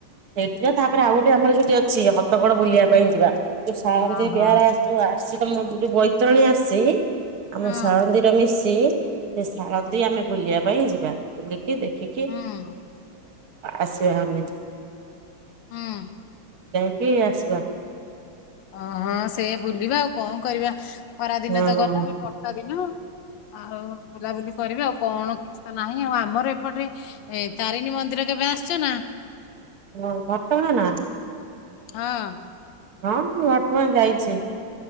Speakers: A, on the right (about 60°); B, on the left (about 75°).
A: ସେଇଠି ଯିବା ତାପରେ ଆଉ ଗୋଟେ ଆମର ସେଠି ଅଛି ହଦଗଡ ବୁଲିବା ପାଇଁ ଯିବା ତୁ ସାନ୍ତି
B: ହଁ ହଁ
A: ବିହାର ଆସିଛୁ ଆସୁ ତମ ଯୋଉ ବୈତରଣୀ ଆସି। ଆମ
B: ହଁ
A: ସାଳନ୍ଦିର ମିଶି ସେ ସାରନ୍ତିୀ ଆମେ ବୁଲିବା ପାଇଁ ଯିବା ବୁଲିକି ଦେଖ। କି କି?
B: ହୁଁ
A: ଆସିବା ଆମେ
B: ହୁଁ
A: କି ଆସିବା।
B: ଓହଁ ସେ ବୁଲିବା ଆଉ କଣ କରିବା? ଖରାଦିନ
A: ହଁ
B: ତ ଗଲା ବି ବର୍ଷା ଦିନ। ଆଉ ଗୁଲାବ। କରିବେ ଆଉ କଣ କିଛି ତ ନାହିଁ ଆଉ ଆମର ଏପଟେ ଏ ତାରିଣୀ ମନ୍ଦିର କେବେ ଆସିଛ ନା?
A: ହଁ ବର୍ତ୍ତମାନମାନ
B: ହଁ।
A: ହଁ ମୁଁ ଘଟଗାଁ ଯାଇଛି।